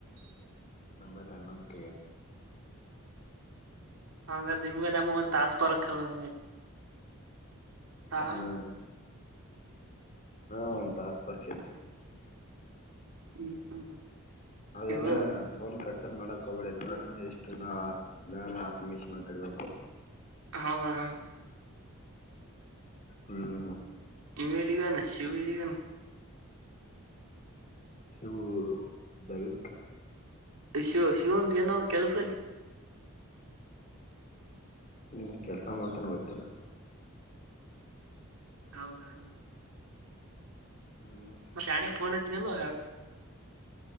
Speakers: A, on the left (about 35°); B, on the right (about 85°).
A: ನಮ್ಮಲ್ಲ ಹನ್ನೊಂದು ನ ಕ
B: ಹಂಗ ನಿಮ್ಗೆ ನಮಗ ಒಂದ ತಾಸ್ ಪರಕ್ ಆಯ್ತು ಹಾ
A: ಹ್ಮ ಹಾ ಒಂತಾಸ್ ಬರ್ಕಲ್
B: ಹ್ಮ್ ಹ್ಮ್
A: ಅದನ
B: ಇದು
A: ಫೋನ್ ಕಟ್ ಮಾಡಕ್ ಹಬೇಡ ನಾನು ಎಷ್ಟು ನಾನು ನಾಕು ನಿಮಷ ಮಾತಾಡ್ಬೇಕು
B: ಹೌದಾ
A: ಹ್ಮ್
B: ಇವ ಎಲ್ಲೋಗೆ ನ ಶಿವು ಎಲ್ಲೋ ಗ್ಯಾನ
A: ಶಿವು ದಗುದುಕ
B: ಶಿವು ಶಿವನ ದೇನ ಕೆಲಸ
A: ನೀನ್ ಕೆಲ್ಸ ಮಾಡ್ತಾನ ಗೊತ್ತಿಲ್ಲ
B: ಹೌದಾ
A: ಹ್ಮ್
B: ಶಾಣೆ ಪೋನ್ ನಿಲ್